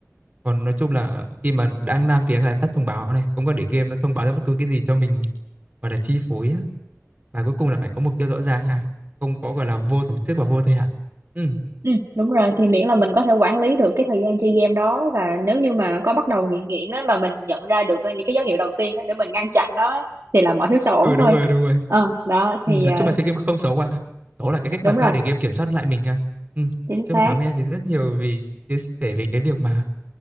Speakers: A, on the right; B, on the right.
A: Còn nói chung là khi mà đang làm việc là tắt thông báo này, không có để game nó thông báo ra bất cứ cái gì cho mình gọi là chi phối á và cuối cùng là phải có mục tiêu rõ ràng ha không có gọi là vô tổ chức và vô thời hạn ừ,
B: ừ, đúng rồi thì miễn là mình có thể quản lý được cái thời gian chơi game đó và nếu như mà có bắt đầu nghiện nghiện á mà mình nhận ra được ờ, những cái dấu hiệu đầu tiên á để mình ngăn chặn nó á, thì là mọi thứ sẽ ổn
A: ừ
B: thôi
A: đúng rồi đúng rồi
B: ờ đó
A: ừ,
B: thì
A: nói
B: ờ,
A: chung là chơi game không xấu à đó là cái cách
B: đúng
A: mà ta
B: rồi
A: để game kiểm soát lại mình à ừ. nói
B: chính
A: chung
B: xác
A: là cảm ơn em vì rất nhiều vì chia sẻ về cái việc mà